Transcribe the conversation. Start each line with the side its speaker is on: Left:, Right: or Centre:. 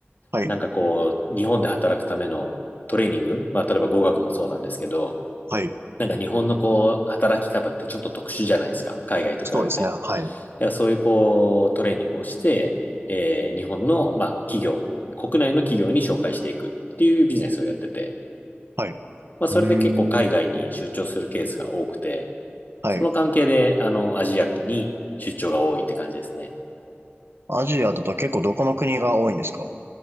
Right: はい、
Left: なんかこう、日本で働くためのトレーニング、まあ例えば語学もそうなんですけど、
Right: はい。
Left: なんか日本のこう、働き方ってちょっと特殊じゃないですか、海外と比べて。
Right: そうですね。はい、
Left: だからそういうこう、トレーニングをして、えー日本の、まあ企業、国内の企業に紹介していくっていうビジネスをやってて、
Right: はい、う
Left: まあ、それで結構海外に出張するケースが多くて、
Right: ーん。はい。
Left: その関係で、あの、アジアに出張が多いって感じですね。
Right: あアジアだと結構どこの国が多いんですか